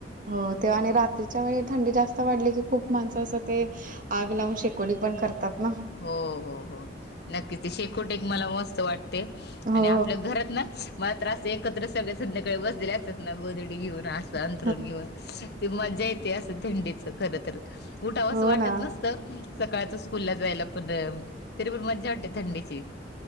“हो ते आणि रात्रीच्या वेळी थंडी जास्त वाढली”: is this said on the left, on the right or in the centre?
Right